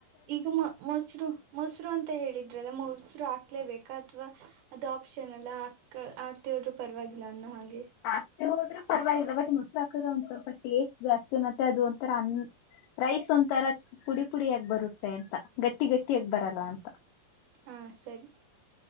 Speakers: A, on the right (about 70°); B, on the left (about 75°).
A: ಈಗ ಮ ಮೊಸರು ಮೊಸರು ಅಂತ ಹೇಳಿದ್ರಲ್ಲ ಮೊ ರು ಹಾಲೇಬೇಕಾ ಅಥವಾ ಅದು ಆಪ್ಷನ್ ಎಲ್ಲ ಹಾಕ್ ಹಾತಿ ಹೋದ್ರು ಪರವಾಗಿಲ್ಲ ಅನ್ನೋ ಹಾಗ
B: ಆಾಸ್ತಿ ಹೋದ್ರೆ ಪರವಾಗಿಲ್ಲ ಬಟ್ ಮೊಸರಾಕರ ಒಂದ್ ಸ್ವಲ್ಪ ಟೇಸ್ಟ್ ಜಾಸ್ತಿ ಮತ್ತೆ ಅದು ಒಂರ ಅ ರೈಸ್ ಒಂಥರ ಪುಡಿ ಪುಡಿಯಾಗ ಬರುತ್ತೆ ಅಂತ ಗಟ್ಟಿ ಗಟ್ಟಿಯಾಗ ಬರರ ಅಂತ
A: ಹಾ ಸರಿ